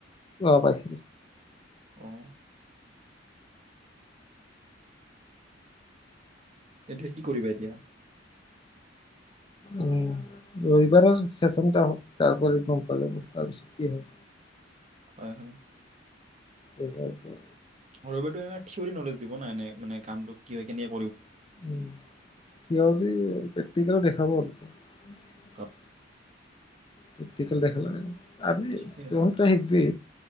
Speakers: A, on the left; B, on the right.
A: অ পাইছিলো
B: আহ এতিয়া কি কৰিবা এতিয়া
A: উম ৰবিবাৰৰ চেচনটা হওক তাৰপ গম পোৱা যাব তাৰপিছত কি হয়
B: হয় হয়
A: পেপাৰটো
B: এইবাৰ থিয়ৰী নলেজ দিব ন এনে মানে কামটো কি হয় কেনে
A: উম থিয়ৰী প্ৰেক <unintelligible>
B: অ,
A: প্ৰেকটিকেল দেখা দে নাই আজি
B: ঠিকে আছে
A: তম কি শিকিবি